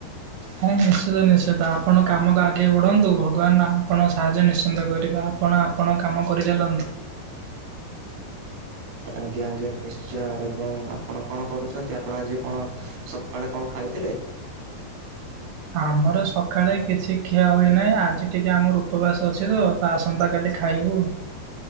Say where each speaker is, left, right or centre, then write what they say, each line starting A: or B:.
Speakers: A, on the right; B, on the right.
A: ଆରେ ନିଶ୍ଚିତ ନିଶ୍ଚନ୍ତ ଆପଣ କାମକୁ ଆଗେଇ ବଢ଼ନ୍ତୁ ଭଗବାନ ନା ଆପଣ ସାହାଯ୍ୟ ନିଶ୍ଚିନ୍ତ କରିବା। ଆପଣ ଆପଣଙ୍କ କାମ କରିଚାଲନ୍ତୁ।
B: ଆଜ୍ଞା ଆଜ୍ଞା ନିଶ୍ଚୟ ଏବଂ ଆପଣ କଣ କରୁଛନ୍ତି ଆପଣ ଆଜି କଣ ସକାଳେ କଣ ଖାଇଥିଲେ?
A: ଆମର ସକାଳେ କିଛି ଖିଆ ହୋଇନାହିଁ ଆଜି ଟିକେ ଆମର ଉପବାସ ଅଛି ତ। ବା ଆସନ୍ତା କାଲି ଖାଇବୁ।